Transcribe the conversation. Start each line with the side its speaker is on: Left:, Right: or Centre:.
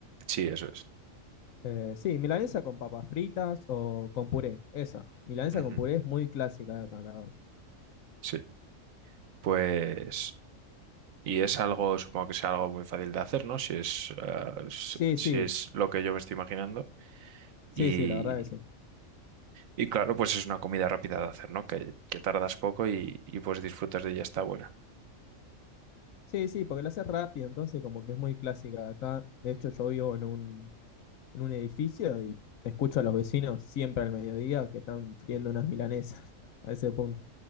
Right: Sí, eso es.
Left: Eh, sí, milanesa con papas fritas o con puré, esa. Milanesa
Right: Ujú,
Left: con puré es muy clásica de acá, la verdad.
Right: Sí. Pues. Y es algo, supongo que sea algo muy fácil de hacer, ¿no? Si es, ah, s-
Left: Sí,
Right: si
Left: sí,
Right: es lo que yo me estoy imaginando.
Left: sí,
Right: Y,
Left: sí, la verdad que sí.
Right: y claro, pues es una comida rápida de hacer, ¿no? Que, que tardas poco y, y pues disfrutas de ella, está buena.
Left: Sí, sí, porque la haces rápido, entonces como que es muy clásica de acá. De hecho, yo vivo en un, en un edificio y escucho a los vecinos siempre al mediodía que están friendo unas milanesas <laughs> a ese punto.